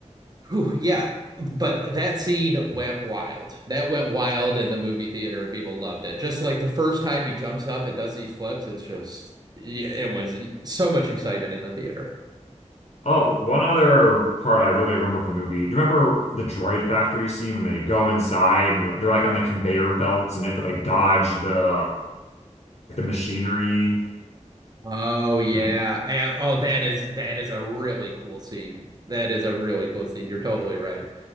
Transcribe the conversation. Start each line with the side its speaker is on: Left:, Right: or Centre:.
Right: Whew, yeah, but that scene went wild. That went wild in the movie theater. People loved it. Just like the first time he jumps up and does these flips, it's just, yeah, it was so much excitement in the theater.
Left: Oh, one other part I really remember from the movie. Do you remember the droid factory scene when they go inside and they're like on the conveyor belts and they have to like dodge the the machinery
Right: Oh yeah.
Left: and
Right: And- Oh, that is that is a really cool scene. That is a really cool scene. You're totally right.